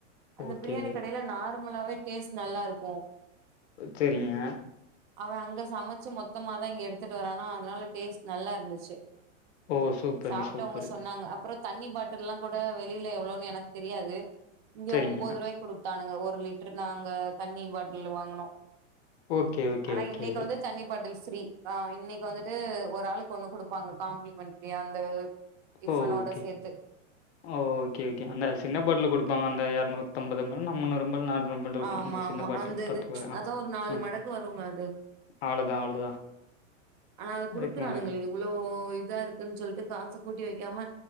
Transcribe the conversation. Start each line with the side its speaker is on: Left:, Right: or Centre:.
Right: அந்த
Left: ஓகே
Right: பிரியாணி கடையில நார்மலாவே டேஸ்ட் நல்லா இருக்கும்
Left: செரிங்க
Right: அவேன் அங்க சமச்சு மொத்தமாதா இங்க எடுத்துட்டு வரானா அதனால டேஸ்ட் நல்லா இருந்துச்சு
Left: ஓ சூப்பரு
Right: சாப்ட்டவங்க
Left: சூப்பரு
Right: சொன்னாங்க அப்றோ தண்ணி பாட்டில்லாம் கூட வெளியில எவ்ளோன்னு எனக்கு தெரியாது இங்க
Left: செரிங்க
Right: ஒம்பது ரூபாய்க்கு குடுத்தானுங்க ஒரு லிட்டரு நாங்க தண்ணி பாட்டில் வாங்குனோ
Left: ஓகே ஓகே
Right: ஆனா
Left: ஓகே
Right: இன்னைக்கி வந்து தண்ணி பாட்டில் ஃபிரீ ஆ இன்னைக்கி வந்துட்டு ஒரு ஆளுக் கு ஒண்ணு குடுப்பாங்க காம்ப்ளிமென்ட்ரி அந்த டிஃபனோட
Left: ஓ ஓகே
Right: சேத்து
Left: ஓகே ஓகே அந்த சின்ன பாட்டில் குடு ப்பாங்க அந்த இருநூத்தம்பது நம் முன்னூறு எம்மல் நானூறு ரொமண்ட்ருக்கு
Right: ஆமா
Left: அந்த
Right: ஆமா
Left: சின்ன பாட்டுலு
Right: அந்த இது
Left: பத்து ரூபாதா ஆ
Right: அதா ஒரு நாலு
Left: ஆ
Right: மடக்கு வருங்க அது
Left: அவ்ளோதா அவ்ளோதா
Right: ஆனா அத குடுக்குறானுங்களே
Left: அதுக்கு மேல
Right: இவ்ளோ இதா இருக்குன்னு சொல்லிட்டு காச கூட்டி வைக்காம